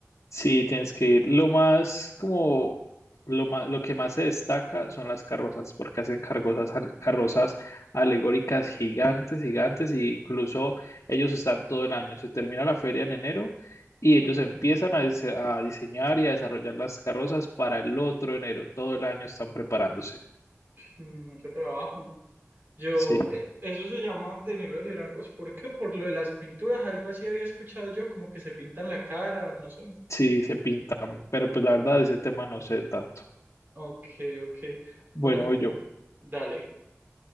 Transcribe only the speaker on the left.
Sí, tienes que ir. Lo más, como, lo más lo que más se destaca son las carrozas, porque hacen carrozas, al- carrozas alegóricas gigantes, gigantes, y incluso ellos están todo el año. Se termina la feria en enero y ellos
empiezan a, dise- a diseñar y a desarrollar las carrozas para el otro enero. Todo el año están preparándose.
Sí,
sí, se pintan, pero pues la verdad ese tema no sé tanto.
Bueno,
voy yo.